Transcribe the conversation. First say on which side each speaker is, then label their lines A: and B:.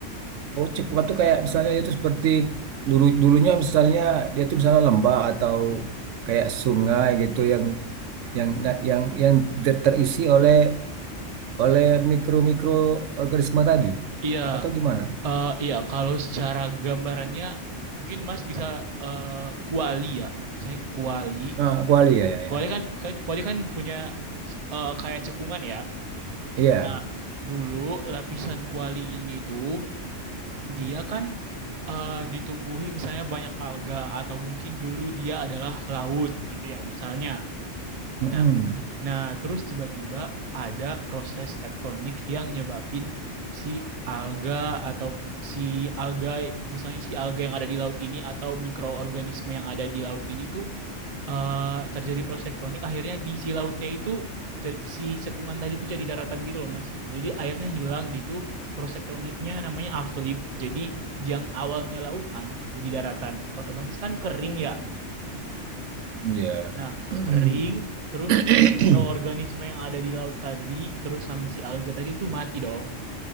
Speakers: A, on the right; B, on the right.
A: Oh, cekuan tuh kayak misalnya itu seperti dulu dulunya misalnya dia tuh misalnya lembah atau kayak sungai gitu yang yang yang yang ter- terisi oleh oleh mikro-mikro organisme tadi
B: Iya,
A: atau gimana?
B: eh, iya kalau secara gambarannya mungkin Mas bisa eh, kuali ya. Misalnya kuali.
A: Nah, kuali ya ya
B: Kuali
A: ya.
B: kan kan, kuali kan punya eh, kayak cekungan ya.
A: Iya.
B: Nah, dulu lapisan kuali ini tuh dia kan eh, ditumbuhi misalnya banyak alga atau mungkin dulu dia adalah laut gitu ya misalnya.
A: Mm-mm.
B: Nah, Nah, terus tiba-tiba ada proses tektonik yang nyebabin si alga atau si alga, misalnya si alga yang ada di laut ini atau mikroorganisme yang ada di laut ini tuh eh, terjadi proses tektonik. Akhirnya di si lautnya itu jadi- si cekungan tadi tuh jadi daratan gitu loh, Mas. Jadi airnya hilang gitu. Proses tektoniknya namanya uplift. Jadi yang awalnya lautan jadi daratan. Otomatis kan kering ya.
A: Iya.
B: Nah,
A: Mm-mm.
B: kering, terus
A: <clears throat>
B: mikroorganisme yang ada di laut tadi, terus sama si alga tadi itu mati dong.